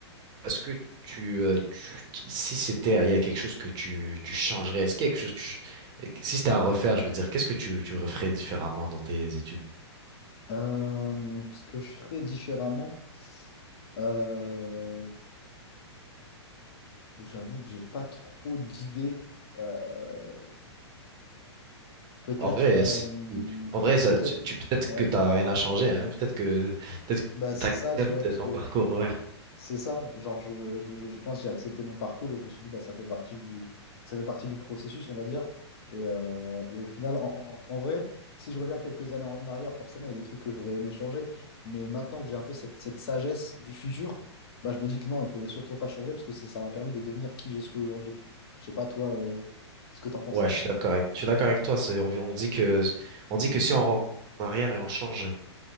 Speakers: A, on the right (about 30°); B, on the left (about 60°).
A: est-ce que tu, euh, tu- tu- si c'était, il y a quelque chose que tu, tu changerais, est-ce qu'il y a quelque chose que tu, si c'était à refaire, je veux dire, qu'est-ce que tu, tu referais différemment dans tes études?
B: Euh, ce que je ferais différemment. Euh, J'avoue que j'ai pas trop d'idées. Euh, peut-être,
A: En vrai,
B: euh,
A: euh, si- en vrai, ça,
B: peut-être,
A: tu, tu- peut-être
B: ouais.
A: que t'as rien à changer, hein, peut-être que, peut-être
B: Bah,
A: que
B: c'est
A: t'acceptes
B: ça, tu vois, parce
A: ton
B: que
A: parcours, ouais.
B: c'est ça. Genre, je, je, je pense que j'ai accepté mon parcours et je me suis dit, bah, ça fait partie du, ça fait partie du processus, on va dire. Et, euh, et au final, en, en- en vrai, si je reviens quelques années en arrière, forcément, il y a des trucs que j'aurais aimé changer. Mais maintenant que j'ai un peu cette, cette sagesse du futur, bah, je me dis que non, il faudrait surtout pas changer parce que c'est- ça m'a permis de devenir qui je suis aujourd'hui. Je sais pas, toi, euh, ce que t'en penses.
A: Ouais, je suis d'accord avec, je suis d'accord avec toi. c'est- On, on dit que, on dit que si on rentre en arrière et on change,